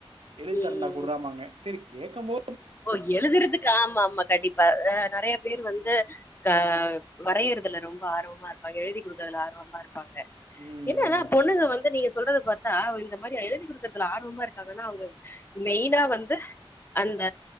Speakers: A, on the right (about 70°); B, on the left (about 25°).
A: எழுதிதரண்டா
B: ம்
A: குட்றாமாங்க சரி கேக்கம் போ
B: ஓ எழுதுறதுக்கு ஆமா ஆமா கண்டிப்பா அ நறைய பேர் வந்து அ வரையறதுல ரொம்ப ஆர்வமா இருப்பாங்க எழுதி கொடுக்குறதுல ஆர்வமா இருப் பாங்க
A: ம்
B: என்னன்னா
A: ம்
B: பொண்ணுங்க வந்து நீங்க சொல்ற பார்த்தா இந்த மாரி எழுதி கொடுக்கறதுல ஆர்வமா இருக்காங்கான அவங்க மெயினா வந்து அந்த அ